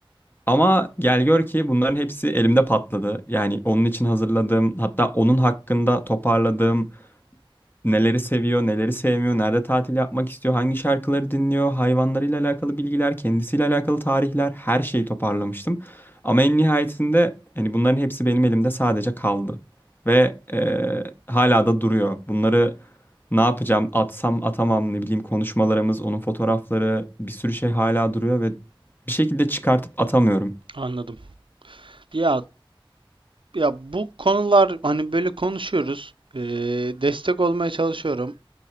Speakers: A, on the left; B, on the right.
A: Ama gel gör ki bunların hepsi elimde patladı. Yani onun için hazırladığım hatta onun hakkında toparladığım Neleri seviyor, neleri sevmiyor, nerede tatil yapmak istiyor, hangi şarkıları dinliyor, hayvanlarıyla alakalı bilgiler, kendisiyle alakalı tarihler, her şeyi toparlamıştım. Ama en nihayetinde hani bunların hepsi benim elimde sadece kaldı. Ve eee, hala da duruyor. Bunları ne yapacağım, atsam atamam, ne bileyim konuşmalarımız, onun fotoğrafları, bir sürü şey hala duruyor ve bir şekilde çıkartıp atamıyorum.
B: anladım. Ya ya bu konular hani böyle konuşuyoruz. Ee, destek olmaya çalışıyorum.